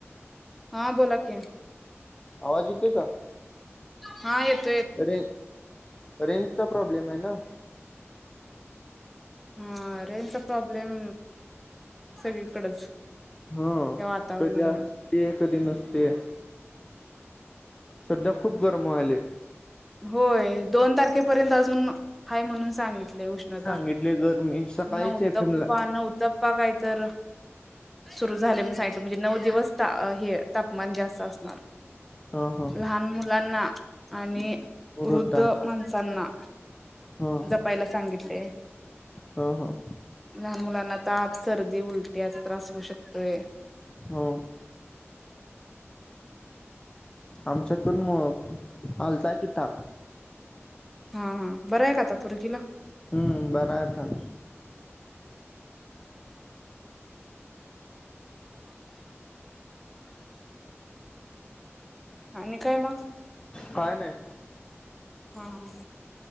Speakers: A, in the centre; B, on the left.
A: हां बोला की
B: आवाज येतुय का?
A: हा येत
B: रें रेंजचा प्रॉब्लेम आहे ना.
A: हा रेंजचा प्रॉब्लेम सगळीकडच.
B: हा
A: या वातावरणामुळ
B: तर त्या ते कधी नसते. सध्या खूप गरम व्हायले.
A: होय दोन तारखेला. तारखेपर्यंत अजुन हाय म्हणून सांगितले उष्णता
B: सांगितले गरमी सकाळीच
A: नऊतप्पा
B: एफ एम ला
A: नऊतप्पा काय तर सुरु झालं म्हणून सांगितले नऊ दिवस. अं हे ताप तापमान जास्त असणार
B: हा हा
A: लहान मुलांना आणि
B: वृद्धांना
A: वृद्ध माणसांना.
B: हा
A: जपायला सांगितले
B: ह ह
A: लहान मुलांना ताप. सर्दी उलटीचा त्रास होऊ शकतोय.
B: हो, आमच्यात पण आलता कि ताप.
A: हा हा बरं आहे का आता पोरगीला.
B: हम्म बरं आता.
A: आणि काय मग.
B: काय नाही
A: हा हा हा.